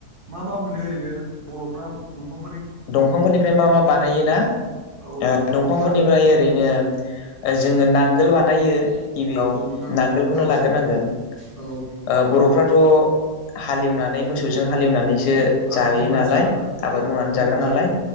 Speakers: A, on the right; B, on the left.
A: मा मा मोनो ओरैनो बर'फ्रा दंफां
B: दंफांफोरनिफ्राय मा मा बानायोना
A: औ औ
B: ओ
A: बर'फ्रा
B: दंफांफोरनिफ्राय ओरैनो ओ जोङो नांगोल बानायो गिबियाव
A: औ नोंथां
B: नांगोलखौनो
A: औ
B: लागोरनांगोन
A: औ
B: ओ बर'फ्रा थ' हालेवनानै मोसौजों हालेवनानैसो
A: उम आबाद
B: जायो
A: मावनानै
B: नालाय
A: जाग्राना
B: आबाद
A: औ
B: मावनानै जा ग्रा नालाय
A: जाग्रा